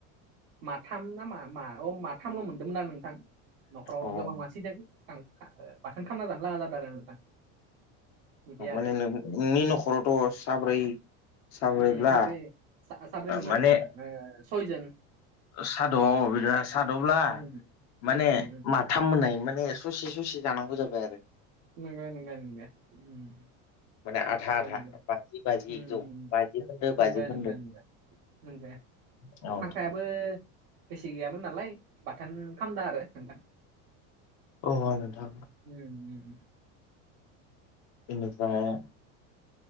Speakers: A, on the right; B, on the left.
A: माथाम ना मा मा अ माथामल' मोनदोंमोन आं नोंथां न'खराव
B: अ
A: गोबां मानसि दों बाथोन खालामामना जानो लागा जादों आरो नोंथां बिदि
B: माने
A: आरो
B: नोंनि न'खरावथ' साब्रै साब्रैब्ला
A: उम साब्रै साब्रै नङा
B: माने
A: नोंथां ओ सयजन
B: साद' बिदि साद'ब्ला
A: उम
B: माने
A: उम उम
B: मा साथाम मोनाय माने ससे ससे जानांगौ जाबाय आरो
A: नंगो नंगो ओम
B: माने आधा आधा
A: नंगो
B: बाजि बाजि
A: नंगो
B: जौ
A: ओम
B: बाजि
A: ओम
B: खोन्दो
A: नंगो
B: बाजि खोन्दो
A: नंगो नंगो
B: औ नोंथां
A: खांख्रायाबो बेसि गैयामोन नालाय बाथोन खामदो आरो नोंथां
B: अ अ नोंथां
A: ओम ओम
B: बेनिफ्राय